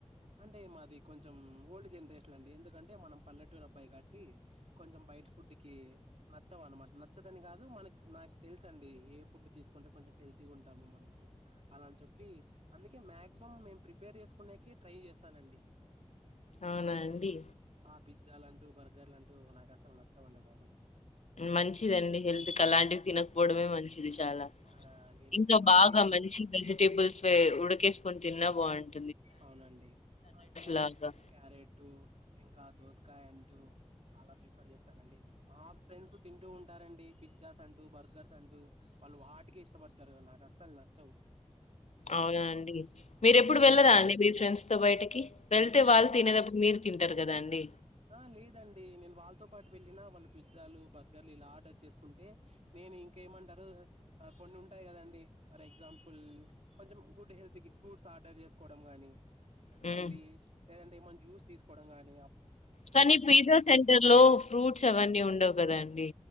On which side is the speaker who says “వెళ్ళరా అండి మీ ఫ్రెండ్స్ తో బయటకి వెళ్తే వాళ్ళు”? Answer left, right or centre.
Left